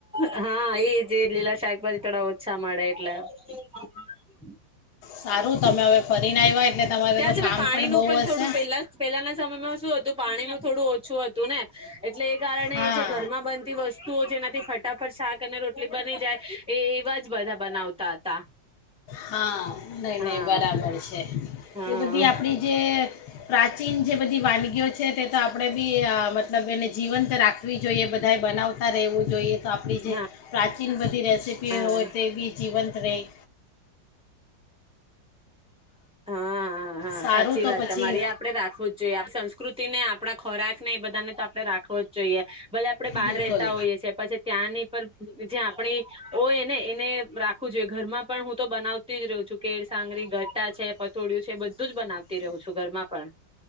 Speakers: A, in the centre; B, on the left.
A: હા એ જે લીલા શાકભાજી થોડા ઓછા મળે એટલે હમ.
B: સારું તમે હવે ફરીને આવ્યા એટલે તમારે
A: ત્યાં
B: તો
A: છે
B: કામ
A: ને પાણી નું
B: બહુ
A: પણ થોડું
B: હશે
A: પેલા પહેલાના સમયમાં શું હતું પાણીમાં થોડું ઓછું હતું ને. એટલે એ કારણે
B: હા
A: એ જે ઘરમાં બનતી વસ્તુ વસ્તુઓ જેનાથી ફટાફટ શાક અને રોટલી બની જાય એ એવા જ બધા બનાવતા હતા.
B: હા ન
A: હા
B: ન બરાબર છે.
A: હા
B: એ બધી આપડી જે કે પ્રાચીન જે બધી વાનગીઓ છે તે તો આપણે બી મતલબ એને જીવંત રાખવી જોઈએ બધાએ બનાવતા રહેવું જોઈએ. આપડી છે
A: હા
B: પ્રાચી <unintelligible> રસીપી
A: હા
B: હોય તે બી જીવંત રેય.
A: હા હા હા,
B: સારું
A: સાચી
B: તો
A: વાત,
B: પછી
A: તમારે આપડે રાખવું જ જોઈએ આપ સંસ્કૃતિ ને આપણા ખોરાક ને એ બધાને તો આપણે રાખવો જ જોઈએ ભલે આપડે બાર
B: બિલકુલ
A: રેતા હોઈએ શે પછી ત્યાંની પર જે આપણી હોય ને એને રાખું જોઈએ ઘરમાં પણ હું તો બનાવતી જ રહું છું કેળ સાંગરી ગ <unintelligible> છે પથોળિયુ છે બધું જ બનાવતી રહું છું ઘરમાં પણ.